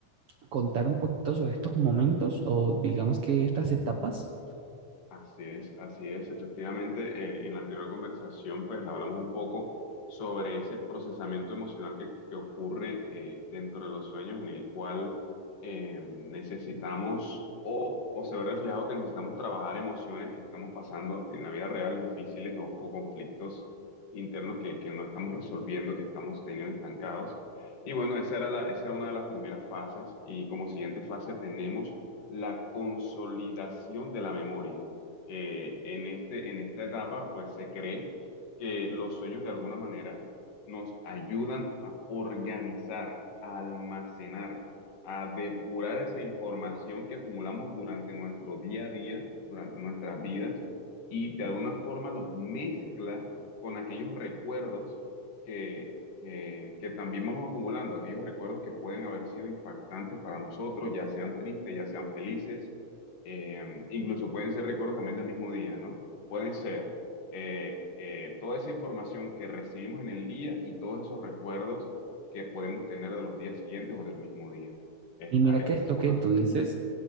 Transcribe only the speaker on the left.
Así es, así es. Efectivamente, eh, en la anterior conversación, pues hablamos un poco sobre ese procesamiento emocional que, que ocurre eh, dentro de los sueños, en el cual eh, necesitamos o, o se ve reflejado que necesitamos trabajar emociones que estamos pasando en la vida real, difíciles o, o conflictos internos que, que no estamos resolviendo, que estamos teniendo estancados. Y bueno, esa era la, esa era una de las primeras fases y como siguiente fase tenemos la consolidación de la memoria que en este, en esta etapa, pues se cree que los sueños de alguna manera nos ayudan a organizar, a almacenar, a depurar esa información que acumulamos durante nuestro día a día, durante nuestras vidas, y de alguna forma los mezcla con aquellos recuerdos que... que- que también vamos acumulando aquellos recuerdos que pueden haber sido impactantes para nosotros, ya sean tristes, ya sean felices, eh, incluso pueden ser recuerdos también del mismo día, ¿no? Pueden ser eh, eh, toda esa información que recibimos en el día y todos esos recuerdos que podemos tener de los días siguientes o del mismo día, esta,
esta
segunda
parte.